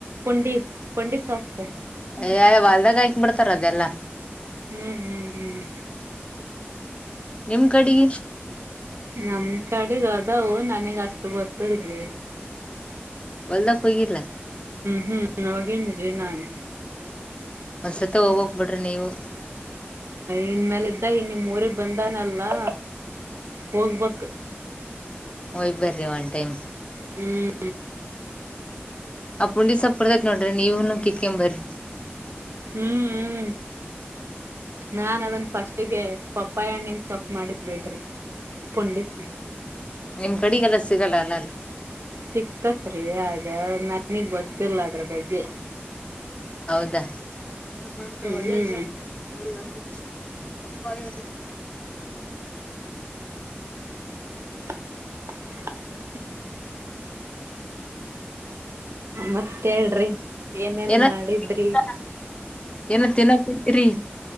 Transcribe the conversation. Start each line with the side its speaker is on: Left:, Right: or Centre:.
Right: ಪುಂಡಿ ಪುಂಡಿ ಸೊಪ್ಪು.
Left: ಯ್ಯ ಒಳಗೆ ಹಾಕಿ ಬಿಡ್ತಾರ ಅದೆಲ್ಲಾ.
Right: ಹುಂ ಹುಂ ಹುಂ
Left: ನಿಮ್ ಕಡೆಗಿ
Right: ನಮ್ ಕಡೆಗ್ ಅದಾವು ನನಗ್ ಅಷ್ಟು ಗೊತ್ತಲ್ರಿ.
Left: ಒದಕ್ ಹೋಗಿದಲ್ಲ
Right: ಹುಂ ಅವಾಗೇನ್ ನಾನ್
Left: ಒಂದ್ಸತ ಹೋಗೋಗ್ ಬಿಡ್ರಿ ನೀವು.
Right: ಇನ್ ಮೇಾಲ ಇದ್ದ ಇನ್ ನಿಮ್ ಊರಿಗ್ ಬಂದಾನಲ್ಲಾ ಹೋಗ್ಬಕ್
Left: ಹೋಗಿ ಬರ್ರಿ ಒನ್ ಟೈಮ್
Right: ಹುಂ
Left: ಅ ಪುಂಡಿ ಸೊಪ್ ಇರುತ್ತದ ನೋಡ್ರಿ ನೀವ್ ಕಿತ್ಕೊಂಡ ಬರಿ
Right: ಹುಂ ಹುಂ ನಾನ್ ಅದನ್ ಫಸ್ಟಿಗೆ. ಪಪ್ಪಾಯ ಹಣ್ಣಿನ್ ಸೊಫ ಮಾಡಿದ್ ಬಿಡ್ರಿ ಪುಂಡಿಸ
Left: ನಿಮ್ ಕಡೆಗೆಲ್ಲಾ ಸಿಗಲ್ಲ ಅಲ್ಲಾ ರೀ
Right: ಸಿಕ್ತತ್ರಿ ಅದ ನನಗ್ ಗೊತ್ತಿಲ್ಲ ಅದ್ರ ಬಗ್ಗೆ.
Left: ಹೌದಾ ನಮ್ಮಂತ
Right: ಹ್ಮ್
Left: ಒಳ್ಳೆ <unintelligible> ಪಪ್ಪಾಯ
Right: <inaudible> ಮತ್ತ ಹೇಳ್ರಿ ಏನೇನ್
Left: ಏನ
Right: ಮಾಡಿದ್ರಿ.
Left: ಏನ ತಿನ್ನಕ್ ಕುಂತೀರಿ.